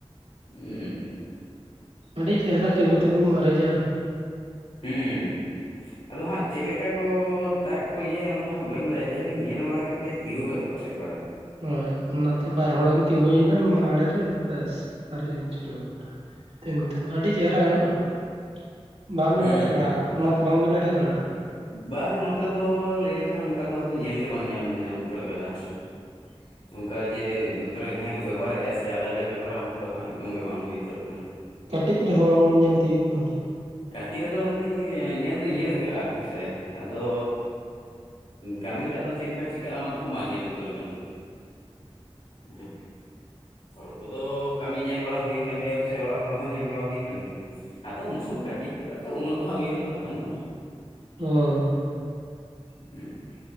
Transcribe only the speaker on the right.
ᱟᱹᱰᱤ ᱪᱮᱦᱨᱟ ᱛᱤᱸᱜᱩ ᱛᱤᱸᱜᱩᱢ ᱟᱨᱮᱡᱟ ᱾
ᱦᱳᱭ ᱚᱱᱟᱛᱮ ᱵᱟᱨ ᱦᱚᱲᱮᱢ ᱛᱤᱸᱜᱩᱭᱮᱱᱟ ᱟᱲᱮᱨᱮ ᱵᱮᱥ ᱟᱨᱮᱡ ᱮᱢ ᱪᱷᱩᱴᱟᱹᱣ ᱱᱟ ᱛᱤᱸᱜᱩ ᱛᱤᱸᱜᱩ ᱟᱹᱰᱤ ᱪᱮᱦᱨᱟ ᱜᱟᱱᱚᱜᱼᱟ ᱾ ᱵᱟᱝᱵᱤᱱ
ᱟᱨᱮᱡ
ᱵᱟᱲᱟ ᱟᱠᱟᱜᱼᱟ
ᱚᱱᱟᱛᱮ ᱵᱟᱝᱵᱤᱱ ᱟᱨᱮᱡ ᱵᱟᱲᱟ ᱟᱠᱟᱜᱼᱟ?
ᱠᱟᱹᱴᱤᱡ ᱨᱮᱦᱚᱸ ᱵᱟᱝ ᱵᱤᱱ ᱧᱮᱞ ᱛᱤᱭᱳᱜ ᱠᱟᱣᱱᱟ?
ᱚ ᱦᱚᱭ